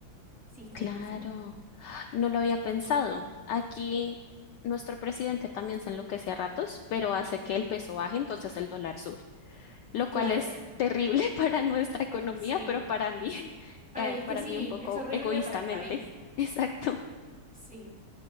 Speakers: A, in the centre; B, on the left.
A: Sí, está
B: claro.
A: difícil acá.
B: No lo había pensado. Aquí nuestro presidente también se enloquece a ratos, pero hace que el peso baje, entonces el dólar sube, lo cual
A: Claro,
B: es terrible <laughs> para nuestra economía,
A: eh, sí.
B: pero para mí, <laughs>
A: Ay,
B: eh,
A: es
B: para
A: que sí,
B: mí un poco
A: es horrible
B: egoístamente.
A: para el país.
B: <laughs> Exacto.
A: Sí.